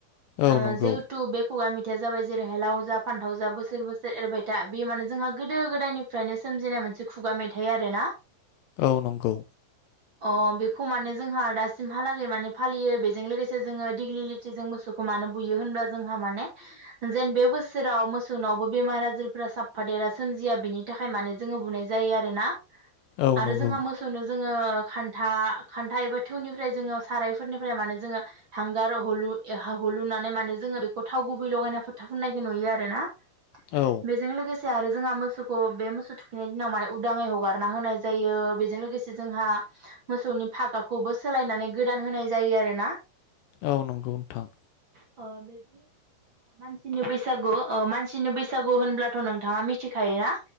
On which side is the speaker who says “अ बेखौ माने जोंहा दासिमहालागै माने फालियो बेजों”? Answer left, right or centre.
Right